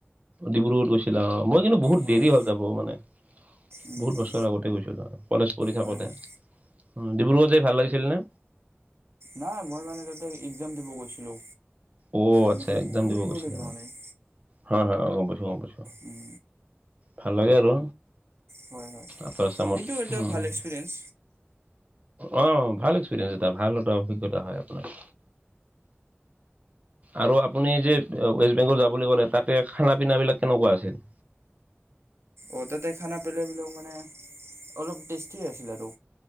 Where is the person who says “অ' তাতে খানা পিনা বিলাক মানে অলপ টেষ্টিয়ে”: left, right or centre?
Right